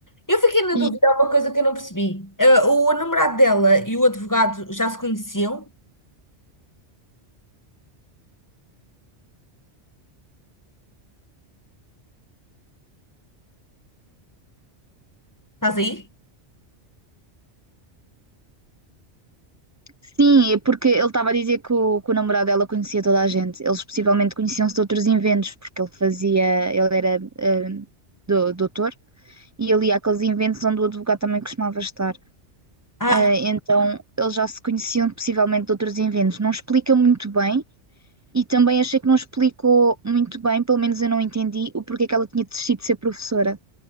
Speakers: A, on the left; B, on the right.
A: Eu fiquei na
B: E
A: dúvida, há uma coisa que eu não percebi. Eh, o namorado dela e o advogado já se conheciam? Estás aí?
B: sim, é porque ele estava a dizer que o, que o namorado dela conhecia toda a gente. Eles possivelmente conheciam-se de outros inventos, porque ele fazia, ele era eh, do, doutor e ele ia àqueles inventos onde o advogado também costumava estar.
A: Ah,
B: Ah, então eles já se conheciam possivelmente de outros inventos. Não explica muito bem e também achei que não explicou muito bem, pelo menos eu não entendi o porquê que ela tinha desistido de ser professora.